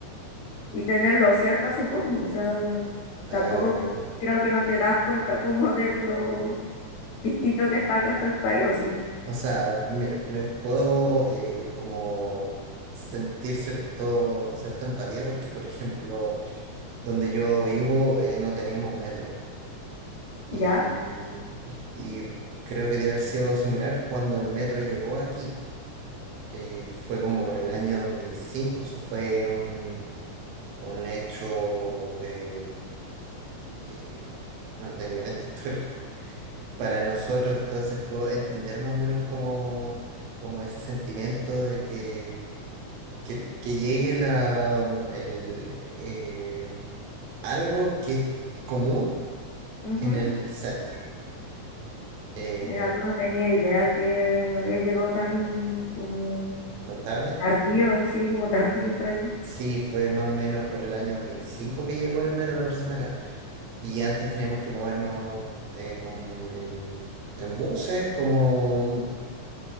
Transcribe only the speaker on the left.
y tenerlo cerca, supongo. O sea,
tampoco creo que no te das cuenta como de lo distinto que es para el resto del país, ¿o sí?
¿Ya?
Ujú.
Mira, tú no tenía idea que había llegado tan como
tardío, sí, como tardío para allá.